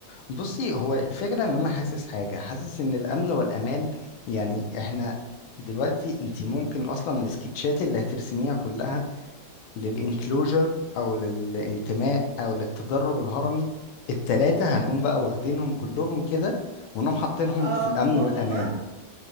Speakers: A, on the left; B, on the right.
A: بصي هو الفكرة ان انا حاسس حاجة حاسس ان الامن والامان يعني احنا دلوقتي انت ممكن اصلا السكتشات اللي هترسميها كلها للانكلوجر او للانتماء او للتدرج الهرمي التلاتة هنقوم بقى واخدينهم كلهم كده ونقوم حاطينهم
B: اه
A: في الامن
B: هما
A: والامان
B: هما